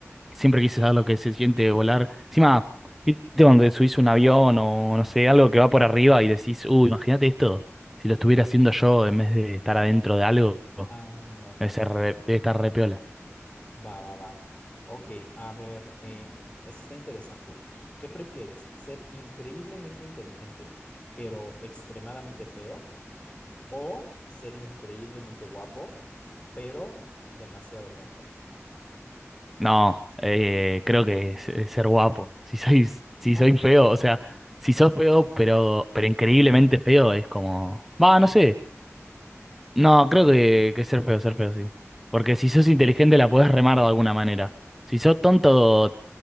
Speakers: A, in the centre; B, on the left (about 25°).
A: Siempre quise saber lo que se siente volar. Encima, viste cuando subís un avión o no sé, algo que va por arriba y decís, uy, imagínate esto, si lo estuviera haciendo yo en vez de estar adentro de algo,
B: Ándale.
A: debe ser re- debe estar re piola.
B: Va, va, va. Ok, a ver, eh, esto está interesante. ¿Qué prefieres? ¿Ser increíblemente inteligente, pero extremadamente feo? ¿O ser increíblemente guapo, pero demasiado tonto?
A: No, eh, creo que es, es ser guapo. Si soy, si
B: <laughs> Ah,
A: soy feo, o sea, si sos feo, pero, pero increíblemente feo, es como, va, no sé. No, creo que, que ser feo, ser feo, sí. Porque si sos inteligente la podés remar de alguna manera. Si sos tonto,